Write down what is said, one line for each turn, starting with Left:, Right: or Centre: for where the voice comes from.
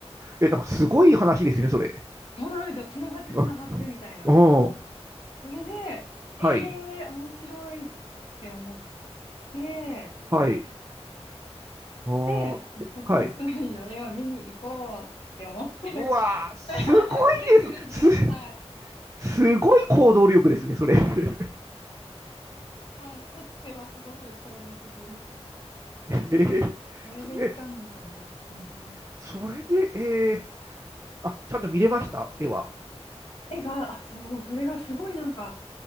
Right: え、なんかすごい話ですね、それ。
Left: そうなんですよ。つながってつながってみたいな。
Right: あ、おー
Left: それで、え
Right: はい、
Left: えー、面白いって思って、
Right: はい、おー、
Left: で、ニコピロスマニの絵を見に行こうって思って
Right: はい。うわー、
Left: <laughs>
Right: すごいです。
Left: で、グルジア。
Right: す、
Left: はい。
Right: すごい行動力ですね、それ。<laughs>
Left: はい。かつてはすごく行動的でした。
Right: えー、
Left: それで行ったんですよね。
Right: そ、え、
Left: うんうん
Right: それで、えー、あ、ちゃんと見れました、絵は。
Left: 絵が、あ、そうそう、それがすごいなんか、